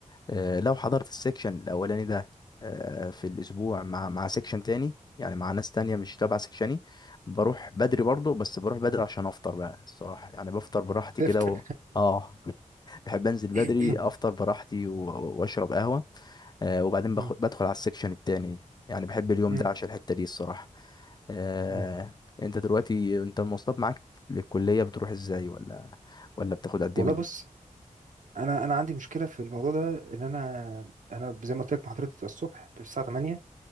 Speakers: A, on the left (about 30°); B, on the right (about 65°).
A: آه لو حضرت السكشن الأولاني ده آه في الأسبوع مع مع سكشن تاني يعني مع ناس تانية مش تبع سكشني بروح بدري برضو بس بروح بدري عشان أفطر بقى الصراحة يعني بفطر براحتي كده
B: تفتر
A: و... اه <laughs> بحب انزل بدري
B: <laughs>
A: افطر
B: <coughs>
A: براحتي و... واشرب قهوة آه وبعدين باخد
B: مم.
A: بدخل على السكشن التاني يعني بحب اليوم
B: مم.
A: ده عشان الحتة دي الصراحة آه
B: مم.
A: انت دلوقتي انت المواصلات معاك للكلية بتروح ازاي ولا ولا بتاخد قد
B: والله
A: ايه من
B: بص انا انا عندي مشكله في الموضوع ده ان انا انا زي ما قلت لك محاضرتي بتبقى الصبح الساعه 8